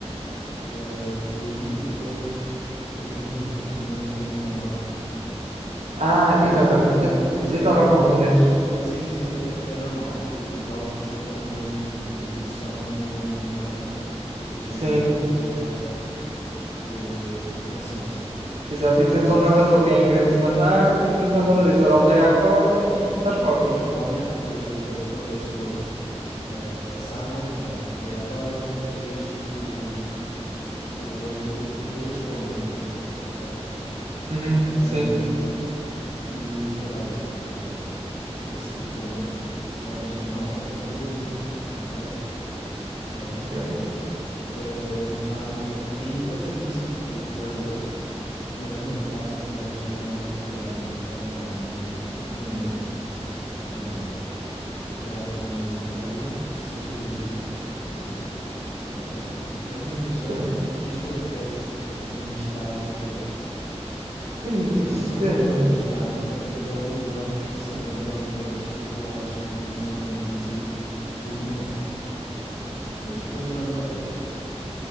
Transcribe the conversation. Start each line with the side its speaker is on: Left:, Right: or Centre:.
Left: Ah, e aí os lobos, em conjunto, determinam quem é que vão matar. Ok.
Right: Ah,
Left: E depois,
Right: exatamente.
Left: te-
Right: Eu
Left: e depois
Right: eu
Left: tens
Right: estava
Left: outras.
Right: a confundir.
Left: Sim, sim, sim. É, é normal, porque os jogos são ambos de tipo de dedução, mas um é de imediata, dedução
Right: Sim,
Left: imediata, o outro é de, de consenso.
Right: exato.
Left: Ahm,
Right: E dizemos ao narrador quem é que queremos matar, e
Left: exatamente.
Right: depois o narrador diz a aldeia acorda e tu estás
Left: E,
Right: fora.
Left: e- e, eventualmente, depois de- dos papéis todos ah, passarem, é aldeia acorda e eis, o, o, as, o- eis as contas no fim. Percebes?
Right: Uhum,
Left: Ahm,
Right: sim,
Left: E o jogo da aldeia, que é hum, esse de rondas, o original é o Lobisomem, ok? Eh,
Right: ok,
Left: que é, eh, na verdade, não, é, em inglês é conhecido por Werewolf, mas na verdade o original não foi criado em Inglaterra nem, no- nem eh, na América. Foi criado por um aluno de Sociologia russo, ok? E é muito interessante,
Right: ok.
Left: porque isto foi a tese de mestrado dele.
Right: Aí, que cena.
Left: enquanto tese de mestrado, ele criou um dos jogos que se tornou um dos jogos mais populares e universalmente conhecidos pelo mundo fora. Ok? Isto foi nos anos 80.